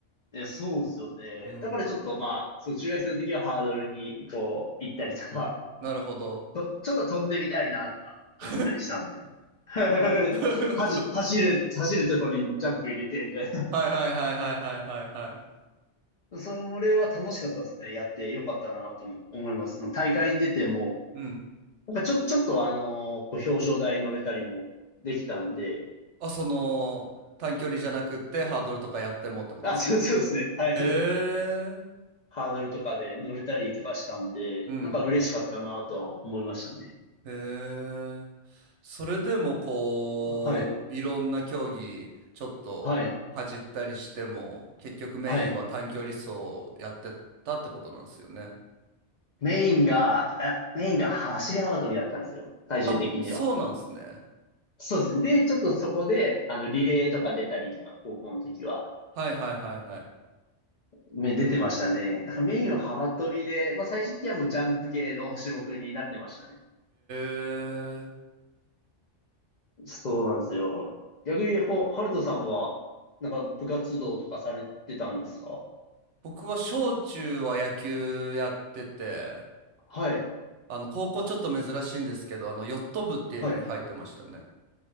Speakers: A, on the left (about 50°); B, on the right (about 75°).
A: え、そうですよね。
B: うん。
A: だからちょっとまあ、その中学生の時はハードルにこう行ったりとか、
B: なるほど。
A: と、ちょっと飛んでみたいなとか思ったりしたんですよ。
B: <laughs>
A: <laughs>
B: なるほど。
A: 走、走る、走るところにジャンプ入れてみたい
B: はいはいはいはいはいはいはい。
A: な。それは楽しかったですね。やってよかったなとも思います。その大会に出ても、
B: うん。
A: なんかちょ、ちょっとあのこう表彰台乗れたりもできたんで、
B: あ、その、短距離じゃなくってハードルとかやってもってことですか
A: あ、そう、そうですね。はい。
B: へえ。
A: ハードルとかで乗れたりとかしたんで、
B: うん。
A: なんか嬉しかったなとは思いましたね。
B: へえ。それでもこう、
A: はい。
B: いろんな競技、ちょっと恥じったりしても、
A: はい。
B: 結局メインは短距離走やってたってことなんですよね。
A: はい。メインが、いやメインが走り幅跳びだったんですよ。最終的には。
B: あ、そうなんですね。
A: そうですね。で、ちょっとそこで、あの、リレーとか出たりとか、高校の時は、
B: はいはいはいはい。へ
A: め出てましたね。だからメインは幅跳びで、まあ最終的にはもうジャンプ系の種目になってましたね。
B: え。
A: そうなんですよ。逆に、こう、ハルトさんは、なんか部活動とかされてたんですか
B: 僕は小中は野球やってて、
A: はい。
B: あの、高校ちょっと珍しいんですけど、あの、ヨット部っていうのに入ってましたね。
A: はい。